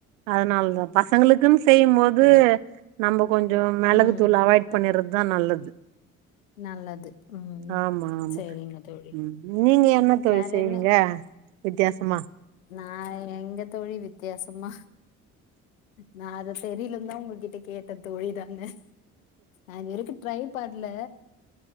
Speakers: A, on the right; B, on the left.
A: அதுனாலதா பசங்களுக்குனு செய்யும்போது
B: ம்
A: நம்போ கொஞ்சோ மெளகுத்தூள
B: ம்
A: அவாய்ட் பண்ணிடறத்தா நல்லது
B: நல்லது ம்
A: ஆமா ஆமா
B: செரிங்க தோழி
A: ம் நீங்க என்ன தோழி
B: வேற
A: செய்ரீங்க
B: என்ன
A: வித்தியாசமா
B: நா எங்க தோழி வித்தியாசம்மா நா அத செரிலன் தா ஒங்ககிட்ட கேட்ட தோழி தான நா இன்யவரைக்கு ட்ரை பன்ல